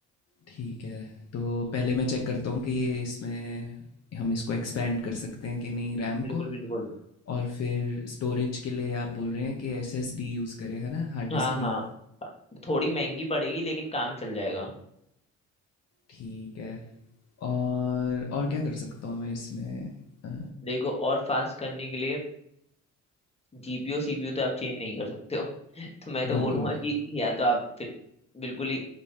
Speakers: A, on the left; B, on the left.
A: ठीक है तो पहले मैं चेक करता हूँ कि ये इसमें हम इसको एक्सपेंड कर सकते हैं कि नहीं रैम
B: बिल्कुल
A: को
B: बिल्कुल
A: और फिर स्टोरेज के लिए आप बोल रहे हैं कि एसएसडी यूज़ करें है ना हार्ड डिस्क
B: हाँ
A: नहीं
B: हाँ थोड़ी महंगी पड़ेगी लेकिन काम चल जाएगा
A: ठीक है और और क्या कर सकता हूँ मैं इसमें अ,
B: देखो और फास्ट करने के लिए जीपीयू सीपीयू तो आप चेंज नहीं कर सकते हो <laughs> तो मैं तो
A: बिल्कुल
B: बोलूंगा कि या तो आप फिर बिल्कुल ही